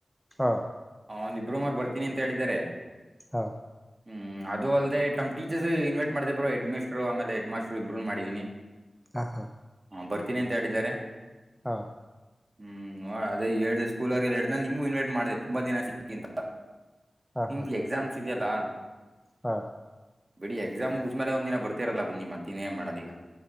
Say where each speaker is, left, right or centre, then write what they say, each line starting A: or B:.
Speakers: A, in the centre; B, on the right.
A: ಹಾಂ
B: ಹ ಒಂದು ಇಬ್್ರೂಮರ್ ಬರ್ತೀನಿ ಅಂತ ಹೇಳಿದಿದ್ದಾರೆ
A: ಹಾ
B: ಹ್ಮ್ ಅದೆೇ ನಮ್ಮ ಟೀಚರ್ಸ್ ಇನ್ವೈಟ್ ಮಾಡತೇ ಬೋ ಹೆಡ್ ಮಿಸ್ಟರ್ ಆಮೇಲೆ ಹೆ ಮಾಸ್ಟ್ರು ಇಬ್ಬರುನ್ ಮಾಡಿದಿನಿ
A: ಹಾ ಹಾ
B: ಹಾ ಬರ್ತೀನಿ ಅಂತ ಹೇಳಿದ್ದಾರೆ
A: ಹಾ
B: ಹ್ಮ್ ಅದೇ ಹೇಳ್ದ ಸ್ಕೂಲ್ ಆರ್ ಹೇಳ್ದ ನಿಮಗು ಇನ್ವೈಟ್ ಮಾಡಿದೆ ತುಂಬಾ ದಿನ ಸಿಕ್ಕಿಂತ
A: ಹಾ ಹಾ
B: ನಿಮ್ಗೆ
A: ಹಾ
B: ಎಕ್ಸಾಮ್ಸ್ ಇದೆಯಲ್ಲಾ
A: ಹಾ
B: ಬಿಡಿ ಎಕ್ಸಾಮ್ ಉು್ಮೇಲೆಂದಿನ ಬರ್ತಿರಲ್ಲ ಬನ್ನಿ ಮತ್ತ ಇನ್ನೇನ್ ಮಾಡದು ಈಗ